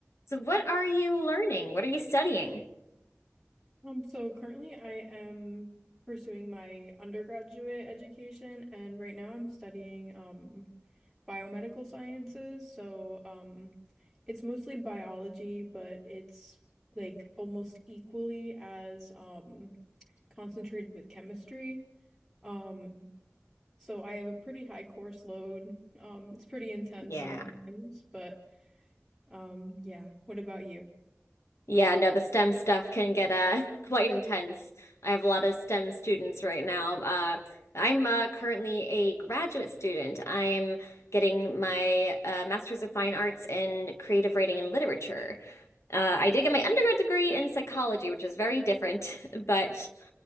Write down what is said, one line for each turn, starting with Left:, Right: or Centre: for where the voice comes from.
Left: So what are you learning? What are you studying?
Centre: Um, so currently I am pursuing my undergraduate education and right now I'm studying um biomedical sciences. So um it's mostly biology, but it's like almost equally as um concentrated with chemistry. Um so I have a pretty high course load. Um it's pretty intense
Left: Yeah.
Centre: sometimes, but um yeah, what about you?
Left: Yeah, no, the STEM stuff can get uh <laughs> quite intense. I have a lot of STEM students right now. Uh, I'm uh, currently a graduate student. I'm getting my uh, Master's of Fine Arts in Creative Writing and Literature. Uh, I did get my undergrad degree in psychology, which is very different, <laughs> but